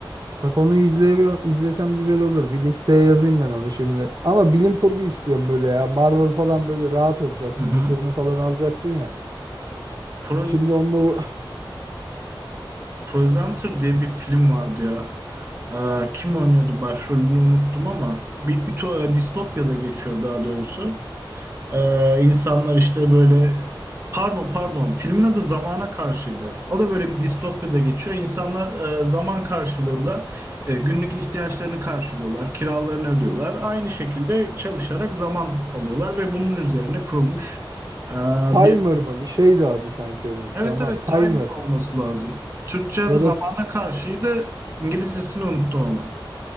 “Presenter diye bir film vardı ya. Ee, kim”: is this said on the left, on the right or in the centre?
Right